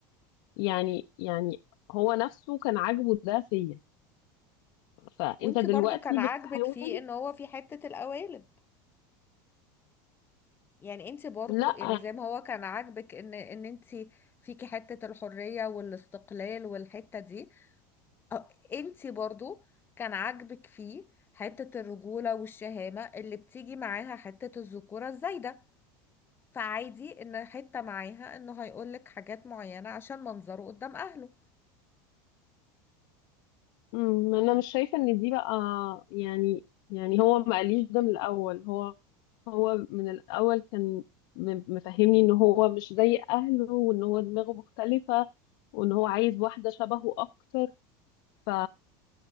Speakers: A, on the left (about 65°); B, on the left (about 20°).
A: يعني يعني هو نفسه كان عاجبه ده فيا فانت
B: وانت
A: دلوقتي
B: برضو كان عاجبك
A: بتحاول
B: فيه ان هو في حتة القوالب يعني انت برضو
A: لا
B: يعني زي ما هو كان عاجبك ان ان انت فيكي حتة الحرية والاستقلال والحتة دي اه، انت برضو كان عاجبك فيه حتة الرجولة والشهامة اللي بتيجي معاها حتة الذكورة الزايدة فعادي ان حتة معاها انه هيقولك حاجات معينة عشان منظره قدام اهله
A: أمم، انا مش شايفه ان دي بقى يعني يعني هو ما قاليش ده من الاول هو هو من الاول كان م- مفهمني ان هو مش زي اهله وان هو دماغه مختلفه وان هو عايز واحده شبهه اكتر ف